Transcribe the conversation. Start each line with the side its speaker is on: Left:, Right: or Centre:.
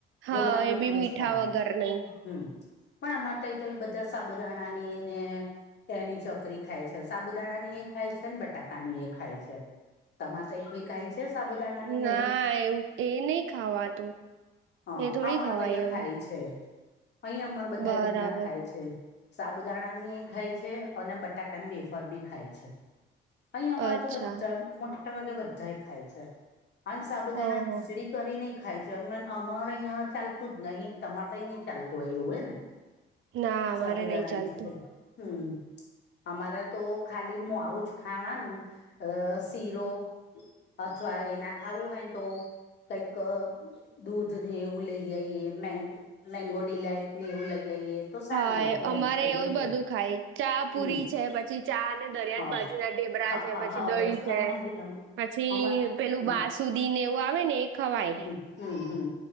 Right: હા
Left: ઘઉં ના
Right: એ
Left: લોટનું
Right: પણ મીઠા
Left: જ ખાવાનું
Right: વગર નહી.
Left: હમ પણ અમારે તો એ તો અ બધા સાબુદાણાની ને એની ચકરી ખાય છે, સાબુદાણા ની એ ખાય છે ને બટાકા ની એ ખાય છે. તમારે <inaudible> સાબુદાણાની
Right: ના
Left: ને એની
Right: એવું એ નહીં ખાવાતું.
Left: હા
Right: એ થોડી
Left: આમારે
Right: ખવાય
Left: તો અહિયાં
Right: એવું
Left: ખાય છે, અહીંયા અમારે બધા
Right: બરાબર
Left: રીતના ખાય છે. સાબુદાણાની પણ ખાય છે અને બટાકાની વેફર પણ ખાય છે. અહીં અમારે
Right: અચ્છા
Left: તો બધા મોટા ભાગે ખાય છે. અને સાબુદાણાની
Right: ઓહો
Left: ખીચડી કરી ને ખાય છે અમારે અહીં ચાલતું જ નહી તમારે તો ચાલતું હોય એવું હ ને
Right: <inaudible> અમારે
Left: સાબુદાણાની
Right: નહી ચાલતું
Left: ખીચડી હમ્મ. અમારે તો ખાલી મું આવું જ ખાવાનું અ શીરો અથવા એ ના ખાવું હોય ને તો કઈક દૂધ ને એવું લઈ આઈએ મેં-મેંગો ડીલાઈટને એવું લઈ આઈએ. તો સારું
Right: હા
Left: લાગે
Right: એ અમારે
Left: એમ ખાઈએ
Right: એવું
Left: ને
Right: બધું
Left: તો
Right: ખાય, ચા-પુરી
Left: હમ
Right: છે પછી ચાને દરિયાન
Left: હા
Right: ભા જીના ઢેબરા
Left: હા
Right: છે
Left: હા
Right: પછી
Left: હા
Right: દહી
Left: બસ
Right: છે.
Left: અમારે
Right: પછી
Left: અમા
Right: પેલું
Left: હમ
Right: બાસુદીને એવું આવે ને એ ખવાય.
Left: હમ્મ હમ્મ